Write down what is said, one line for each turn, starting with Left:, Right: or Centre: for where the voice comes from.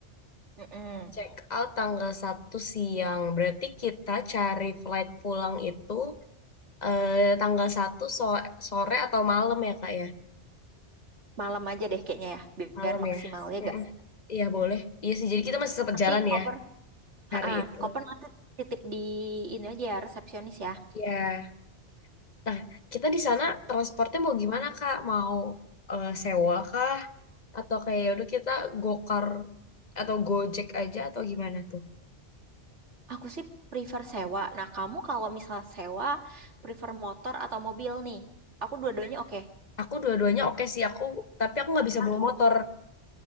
Right: Mm-mm.
Left: Check out tanggal satu siang. Berarti kita cari flight pulang itu eh, tanggal satu so- sore atau malam ya Kak ya?
Right: Malam aja deh kayaknya ya biar
Left: Malam
Right: maksimal
Left: ya.
Right: ya
Left: Mm-mm.
Right: gak.
Left: Iya boleh. Iya sih jadi kita masih sempat
Right: Nanti
Left: jalan
Right: koper,
Left: ya hari
Right: ha
Left: itu.
Right: koper nanti titip di ini aja ya resepsionis ya.
Left: Iya. Nah, kita di sana transportnya mau gimana, Kak? Mau eh, sewa kah? Atau kayak udah kita gokar atau gojek aja atau gimana tuh?
Right: Aku sih prefer sewa. Nah, kamu kalau misal sewa prefer motor atau mobil nih? Aku dua-duanya oke.
Left: Aku dua-duanya oke sih aku, tapi aku nggak bisa bawa motor.